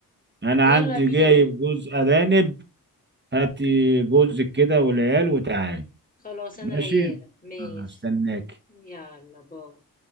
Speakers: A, on the right; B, on the left.
A: أنا
B: يلا
A: عندي
B: بينا
A: جايب جوز أرانب هاتي جوزك كده والعيال وتعالي
B: خلاص انا
A: ماشي
B: غيالة ماشي
A: أنا استناك
B: يلا باي